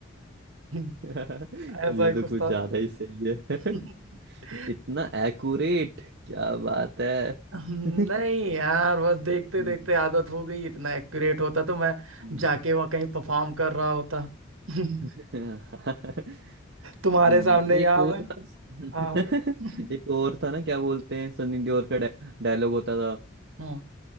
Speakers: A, on the right; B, on the right.
A: हम्म,
B: <laughs> ये
A: ऐसा ही
B: तो
A: कुछ
B: कुछ
A: था
B: ज्यादा ही सही है
A: <laughs>
B: <laughs> इतना एक्यूरेट क्या बात है
A: हम्म,
B: <laughs>
A: नहीं यार बस देखते
B: हम्म,
A: देखते आदत हो गई इतना एक्यूरेट होता तो मैं
B: हम्म।
A: जाके वहाँ कहीं परफॉर्म कर रहा होता <laughs>
B: <laughs>
A: तुम्हारे
B: हम्म,
A: सामने यहाँ
B: एक वो
A: मैं
B: था <laughs>
A: हाँ <laughs>
B: एक और था ना क्या बोलते हैं सनी देओल का डायलॉग होता था
A: हम्म,